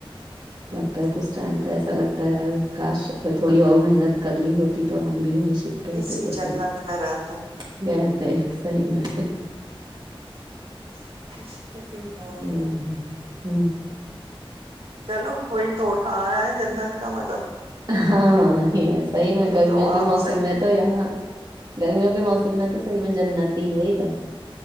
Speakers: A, on the right; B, on the right.
A: تا کچھ ٹائم تو ایسا لگتا ہے کاش تھوڑی اور محنت کر لی ہوتی تو ہم بھی یہیں سے شفٹ ہوتے
B: اسی
A: تو
B: جنت
A: سی تھا
B: میں رہتے
A: کہتے سی میں
B: ہیں، صحیح بات
A: ہ
B: ہے
A: ہ
B: چلو کوئی تو اٹھا رہا ہے جنمات کا مجا
A: ہاں ہی صحیح میں گرمیوں
B: تو آپ
A: کے موسم
B: صحیح
A: میں تو یہاں گرمیوں کے موسم میں تو صحیح میں جنت ہی ہے ادھر